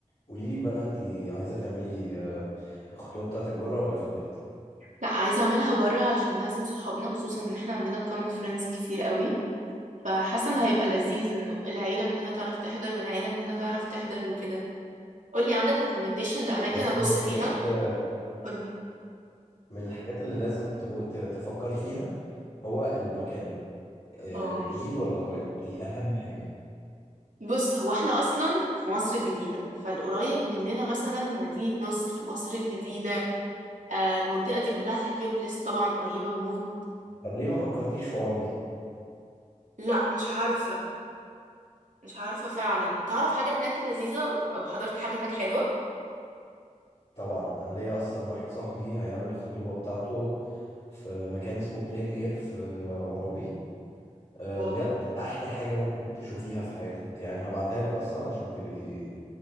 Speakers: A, on the left; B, on the right.
A: قولي لي بقى انت عايزه تعملي آه، الخطوبه بتاعتك بره ولا في البيت
B: لا عايزة اعملها بره علشان نعزم صحابنا خصوصا ان احنا عندنا common friends كتير قوي فحاسة ان هيبقى لذيذ انه العيلة من هنا تعرف تحضر والعيلة من هنا تعرف تحضر وكده قولي عندك recommendation لأماكن
A: بس
B: ابص
A: من الحاجات
B: فيها
A: آه،
B: قولي
A: من الحاجات اللي لازم تبو- ت- تفكري فيها هو المكان آه،
B: اه
A: بعيد ولا قريب دي اهم حاجه
B: بص هو احنا اصلا في مصر الجديدة فالقريب مننا مثلا مدينة نصر مصر الجديدة آه المنطقة دي كلها هليوبلس طبعا قريبة موت
A: طب ليه ما فكرتيش في عرابي
B: لا مش عارفة مش عارفة فعلا تعرف حاجة هناك لذيذة او حضرت حاجة هناك حلوة
A: طبعا انا ليا اصلا واحد صاحبي هيعمل الخطوبه بتاعته في مكان اسمه بلين اير في عرابي آه،
B: واو
A: بجد احلى حاجه ممكن تشوفيها في حياتك يعني هبعتها لك اصلا عشان تبقي